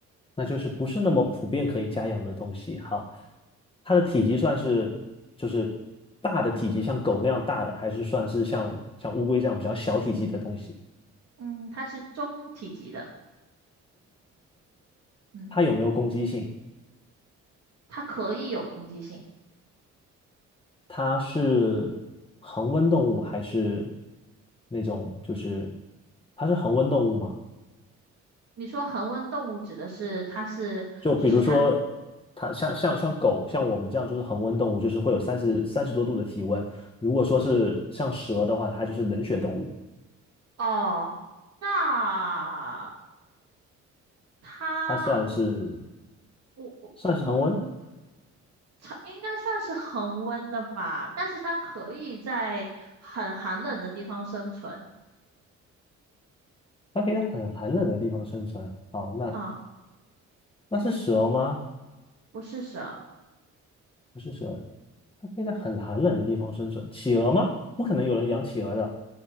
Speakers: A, on the left; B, on the right.
A: 那就是不是那么普遍可以家养的东西。好，它的体积算是就是大的体积，像狗那样大的，还是算是像像乌龟这样比较小体积的东西？
B: 嗯，它是中体积的。嗯，
A: 它有没有攻击性？
B: 它可以有攻击性。
A: 它是恒温动物还是那种就是它是恒温动物吗？
B: 你说恒温动物指的是它是，
A: 就比如说
B: 就是它
A: 它像像像狗像我们这样就是恒温动物，就是会有三十三十多度的体温。如果说是像蛇的话，它就是冷血动物。
B: 哦，那它
A: 它算是。
B: 我我我嗯，
A: 算是恒温，
B: 它应该算是恒温的吧，但是它可以在很寒冷的地方生存
A: 它可以在很寒冷的地方生存。好，那
B: 啊，
A: 那是蛇吗？
B: 不是蛇，
A: 不是蛇，它可以在很寒冷的地方生存。企鹅吗？不可能有人养企鹅的。